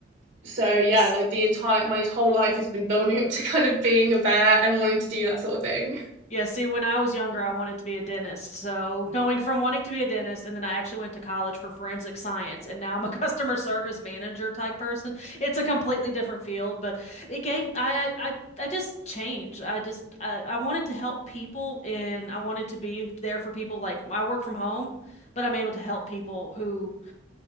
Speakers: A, on the right; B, on the left.
A: so yeah,
B: Is
A: like the entire my whole life has been building up to kind of being a vet and wanting to do that sort of thing.
B: Yeah, see, when I was younger, I wanted to be a dentist. So going from wanting to be a dentist, and then I actually went to college for forensic science, and now I'm a <laughs> customer service manager type person. It's a completely different field, but it gave I I I I just changed. I just I, I wanted to help people, and I wanted to be there for people. Like I work from home, but I'm able to help people who